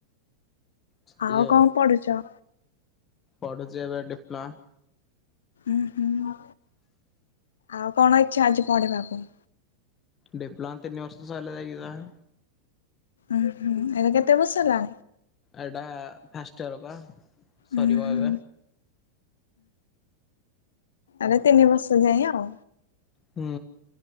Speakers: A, on the left; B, on the left.
A: ସେତିକି
B: ଆଉ କଣ ପଢୁଛ?
A: ପଢୁଛି ଏବେ ଡିପ୍ଲୋମା।
B: ଉ ହୁଁ‌ ଆଉ କଣ ଇଚ୍ଛା ଅଛି ପଢିବାକୁ।
A: ଡିପ୍ଲୋମା ତିିନି ବର୍ଷ ସାଇଲେ ଜାଇକି ଯାହା।
B: ଉୁଁ ହୁଁ ଏରା କେତେ ବର୍ଷ ହେଲା।
A: ଏଇଟା ଫାଷ୍ଟୟର ପା। ସରିବ
B: ଉଁ ହୁଁ
A: ଏବେ।
B: ଆରେ ତିନି ବର୍ଷ ଯାଇ ଆଉ।
A: ହୁଁ।